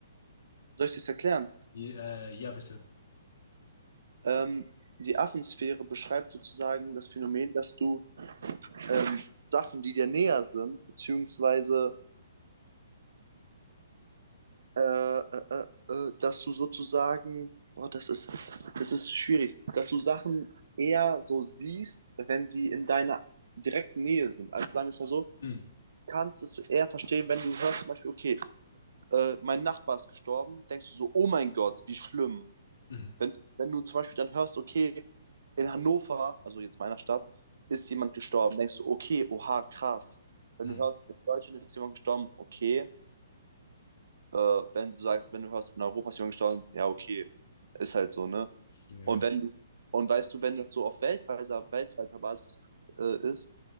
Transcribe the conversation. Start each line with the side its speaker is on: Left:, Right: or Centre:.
Right: Soll ich das erklären?
Left: Ja, äh, ja, bitte.
Right: Ähm, die Affensphäre beschreibt sozusagen das Phänomen, dass du ähm, Sachen, die dir näher sind, beziehungsweise äh, äh, äh, äh, dass du sozusagen, boah, das ist, das ist schwierig, dass du Sachen eher so siehst, wenn sie in deiner direkten Nähe sind. Also sagen wir es mal so,
Left: Mhm.
Right: kannst es eher verstehen, wenn du hörst zum Beispiel, okay, äh, mein Nachbar ist gestorben, denkst du so, oh mein Gott, wie schlimm.
Left: Mhm.
Right: Wenn, wenn du zum Beispiel dann hörst, okay, in Hannover, also jetzt meiner Stadt, ist jemand gestorben, denkst du, okay, oha, krass. Wenn
Left: Mhm.
Right: du hörst, in Deutschland ist jemand gestorben, okay. Äh, wenn du sagst, wenn du hörst, in Europa ist jemand gestorben, ja, okay. Ist halt so, ne?
Left: Ja.
Right: Und wenn du, und weißt du, wenn das so auf weltweiter, auf weltweiter Basis äh, ist,